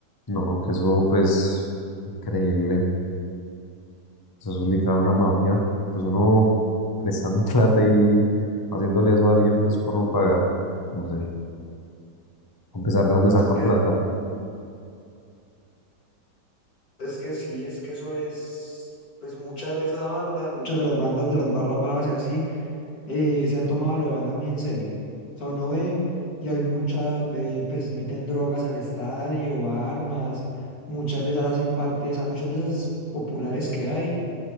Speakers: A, on the left; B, on the left.
A: No, que eso pues increíble. Eso es literal una mafia. Pues uno prestando <laughs> plata y haciéndole eso a alguien pues por no pagar. No sé. A pesar de dónde sacan
B: Es que
A: plata.
B: Es que sí, es que eso es, pues muchas de esas bandas, muchas de las bandas de las barras bravas y así, eh, se han tomado lo de banda muy en serio. O sea, uno ve y hay muchas, eh, pues meten drogas al estadio, armas, muchas de esas hacen parte, o sea, muchas de esas populares que hay,